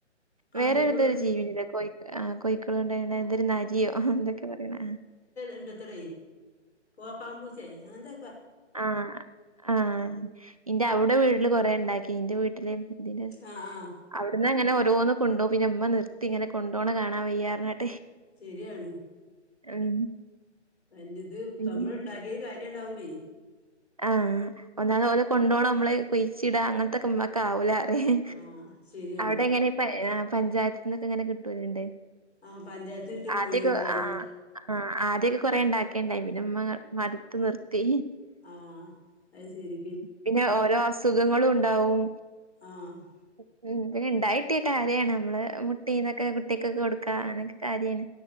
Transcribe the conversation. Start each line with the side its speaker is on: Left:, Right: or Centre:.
Left: കമ്പിക്കൂട്
Right: വേറേതൊരു ജീവില്ല കോ ആ കോയിക്കള കൊണ്ട് എന്തൊരു നരിയോ എന്തൊക്കെ പറയണ
Left: ഇണ്ടത്ര പോക്കാൻ പൂച്ചേ അങ്ങനന്ത
Right: ആ ആ ഇന്റെ ഔടെ വീട്ടില് കൊറെ ണ്ടാക്കി ന്റെ വീട്ടില് ഇ
Left: ആഹ് ആഹ്
Right: അവിടന്ന് അങ്ങനെ ഓരോന്ന് കൊണ്ടോവും പിന്നെ ഇമ്മ നിർത്തി ഇങ്ങെനെ കൊണ്ടോണ കാണാൻ വയ്യാഞ്ഞിട്ട്
Left: ശരിയാണ്
Right: ഉം
Left: നല്ലത് പ്പ
Right: പിന്നെ
Left: മ്മള് ണ്ടാക്കിയ കാര്യണ്ടാവൂലേ
Right: ആഹ് ഒന്നാത് ഓലെ കൊണ്ടോണം നമ്മള് കുഴിച്ചിടാ അങ്ങനത്തൊക്കെ മ്മക്ക് ആവൂലന്ന
Left: ആഹ് ശരിയാണ്
Right: അവിടെ എങ്ങനെ പഞ്ചായത്തി നിന്നൊക്കെ എങ്ങനെ കിട്ടുവലുണ്ട്
Left: ആഹ് പഞ്ചായത്തിന് കിട്ടിയ
Right: ആദ്യക്കെ
Left: കോഴികളുണ്ടായിരുന്നു
Right: ആ ആ ആദ്യക്കെ കൊറ ഉണ്ടാക്കേണ്ടായി പിന്നെമ്മ മടുത്ത് നിർത്തി
Left: ആഹ് അത് ശരി
Right: പിന്നെ ഓരോ അസുഖങ്ങളും ഉണ്ടാവും
Left: ആഹ്
Right: ഉം പിന്നെ ഇണ്ടായിട്ടിയ കാര്യാണ് നമ്മള് മുട്ടി ഇതൊക്കെ കുട്ട്യാക്ക് കൊടുക്കാ അങ്ങനെക്കെ കാര്യാണ്